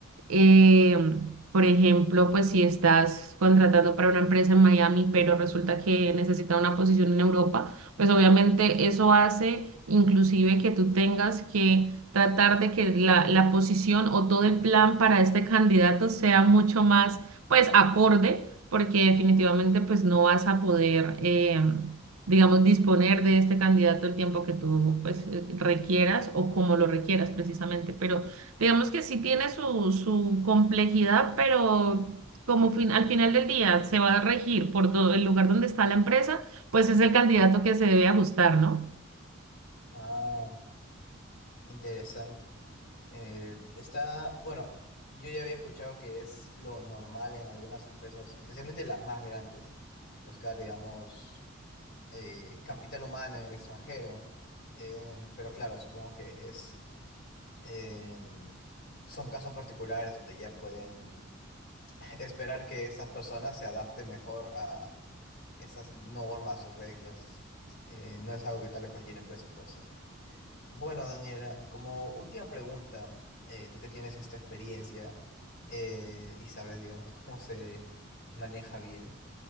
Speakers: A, on the right (about 80°); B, on the left (about 45°).
A: Eh, por ejemplo, pues si estás contratando para una empresa en Miami, pero resulta que necesita una posición en Europa, pues obviamente eso hace inclusive que tú tengas que tratar de que la, la posición o todo
B: <laughs>
A: el plan para este candidato sea mucho más, pues, acorde, porque definitivamente, pues, no vas a poder, eh, digamos, disponer de este candidato el tiempo que tú, pues, eh, requieras o como lo requieras precisamente, pero... Digamos que sí tiene su, su complejidad, pero como fin- al final del día se va a regir por do- el lugar donde está la empresa, pues es el candidato que se debe ajustar, ¿no?
B: Ah, interesante. Eh, está, bueno, yo ya había escuchado que es lo normal en algunas empresas, especialmente las más grandes, buscar, digamos, eh, capital humano en el extranjero. Eh, pero claro, supongo que es, en- son casos particulares donde ya pueden <laughs> esperar que estas personas se adapten mejor esas normas o reglas. eh, no es algo que tal vez cualquier empresa puede hacer. Bueno, Daniela, como última pregunta, eh, tú que tienes esta experiencia eh, y sabes, digamos, <laughs> cómo se maneja bien,